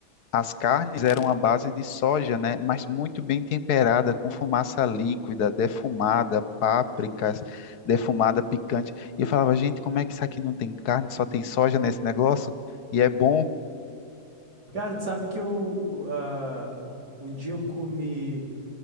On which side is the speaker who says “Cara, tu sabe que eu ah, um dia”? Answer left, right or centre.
Right